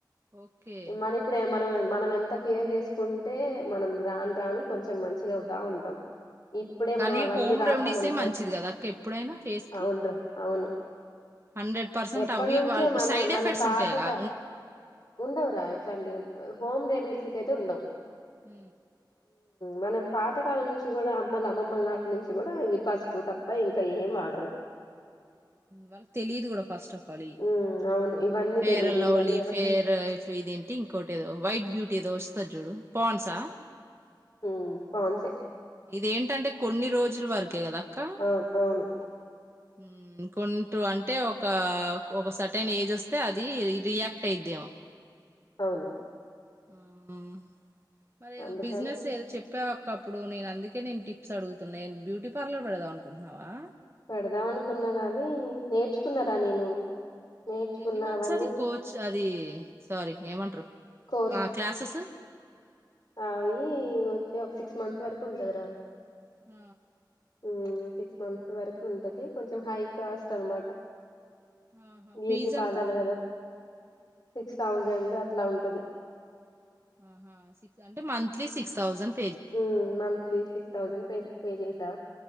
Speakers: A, on the right; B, on the left.
A: ఓకే
B: మనం ఇప్పుడ ఏ మనం మనం ఎంత కేర్ చేసుకుంటే మనం రాను రాను కొంచెం మంచిగా అవుతా ఉంటాం ఇప్పుడే
A: కానీ
B: మనం అవన్నీ
A: హోమ్
B: రాసామనుకో
A: రెమెడీసే మంచిది కదా అక్క ఎప్పుడైనా ఫేస్ కి
B: అవునురా. అవును
A: హండ్రెడ్ పర్సెంట్
B: ఎప్పటి
A: అవి
B: నుంచో
A: వాళ్ళు
B: మన
A: సైడ్
B: మన
A: ఎఫెక్ట్స్
B: పాతక
A: ఉంటాయిగా
B: ఉండవరా ఇట్లాంటి హోమ్ రెమెడీస్ కైతే ఉండవు
A: హు
B: మనం పాతకాలం నుంచి కూడా అమ్మలు అమ్మమ్మల నాటి నుంచి కూడా అవి పసుపు తప్ప ఇంకా ఏం వాడరు
A: వాళ్ళకు తెలిదు కూడా ఫస్ట్ ఆఫ్ ఆల్ ఇయి
B: ఉమ్, అవును ఇవన్నీ
A: ఫేర్
B: తెలీదు
A: అన్ లవ్లీ
B: ఇవన్నీ ఎవరు
A: ఫేర్ఫ్
B: చెప్-
A: ఇదేంటి ఇంకోటి ఏదో వైట్ బ్యూటీ ఏదో వస్తు జూడు పాండ్స్ ఆ
B: హ్మ్ పాండ్స్ ఏ
A: ఇదేంటంటే కొన్ని రోజుల వరకే కదా అక్క
B: అవును అవును
A: హ్మ్ కుంటూ అంటే ఒక ఒక సట్ ఏజ్ వస్తే అది రియాక్ట్ పైద్యం
B: అవును
A: హ్మ్ మరి ఏదో
B: అందుకని
A: బిజినెస్ ఏదో చెప్ చెప్పావ్ అక్క అప్పుడు నేను అందుకే నేను టిప్స్ అడుగుతున్నా నేను బ్యూటీ పార్లర్ పెడదాం అనుకుంటున్నావా
B: పెడదాం అనుకున్నా గాని నేర్చుకున్నారా నేను నేర్చుకున్న
A: ఎన్ని మంత్స్
B: అవన్నీ
A: అది కోచ్ అది సారీ ఏమంటరు
B: కోర్సు
A: ఆ క్లాసెస్
B: అవి వచ్చి ఒక సిక్స్ మంత్స్ వరకు ఉంటది రా
A: హ
B: ఉ సిక్స్ మంత్స్ వరకు ఉంటది కొంచెం హై కాస్ట్ అనమాట
A: ఆహా
B: బ్యూటీ
A: ఫీజ్
B: పార్లర్
A: ఎంత
B: కదా సిక్స్ థౌజండ్ అట్లా ఉంటది
A: ఆహా సిక్స్ అంటే మంత్లీ సిక్స్ థౌసండ్
B: ఉ monthly six thousand pay pay చేసా